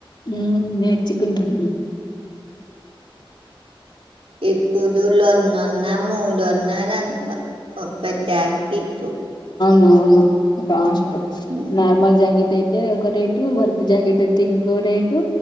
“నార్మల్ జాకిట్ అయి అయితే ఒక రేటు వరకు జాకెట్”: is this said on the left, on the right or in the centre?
Left